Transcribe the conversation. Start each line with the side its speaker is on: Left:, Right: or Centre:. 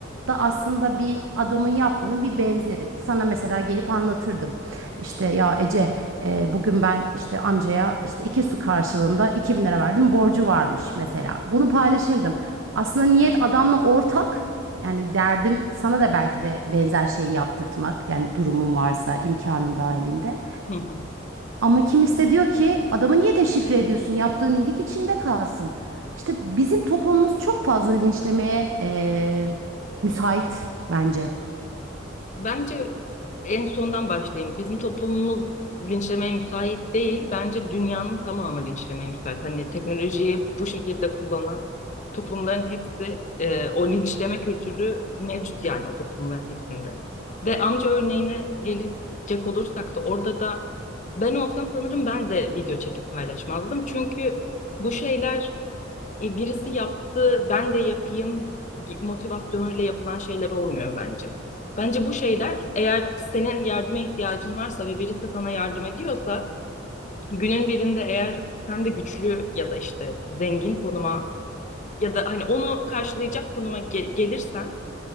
Right: da aslında bir adamın yaptığının bir benzeri. Sana mesela gelip anlatırdım. İşte ya Ece e, bugün ben işte amcaya işte iki su karşılığında 2000 lira verdim borcu varmış mesela. Bunu paylaşırdım. Aslında niyet adamla ortak yani derdim sana da belki de benzer şeyi yaptırtmak. Yani durumun varsa imkanın dahilinde.
Left: Hı hı.
Right: Ama kimisi de diyor ki adamı niye deşifre ediyorsun? Yaptığın iyilik içinde kalsın. İşte bizim toplumumuz çok fazla linçlemeye eee, müsait bence.
Left: Bence en sondan başlayayım. Bizim toplumumuz linçlemeye müsait değil. Bence dünyanın tamamı linçlemeye müsait. Hani teknolojiyi bu şekilde kullanan toplumların hepsi e, o linçleme kültürü mevcut yani o toplumların hepsinde. Ve amca örneğine gelecek olursak da orada da ben olsam sanırım ben de video çekip paylaşmazdım. Çünkü bu şeyler e, birisi yaptı, ben de yapayım gi- motivasyonuyla yapılan şeyler olmuyor bence. Bence bu şeyler eğer senin yardıma ihtiyacın varsa ve birisi sana yardım ediyorsa günün birinde eğer sen de güçlü ya da işte zengin konuma ya da hani onu karşılayacak konuma ge- gelirsen